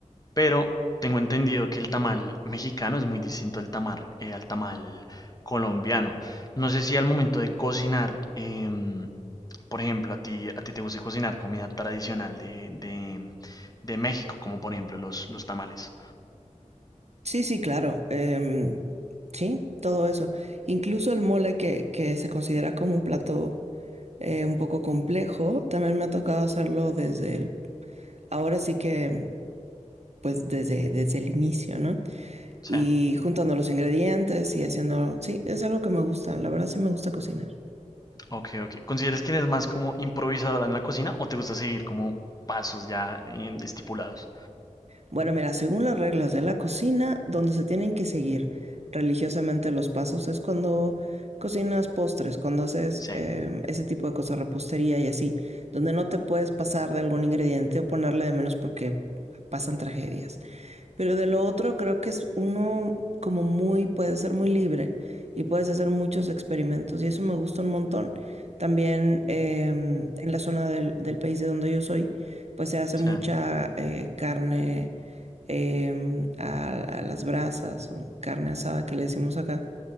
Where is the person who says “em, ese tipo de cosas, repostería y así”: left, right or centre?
Right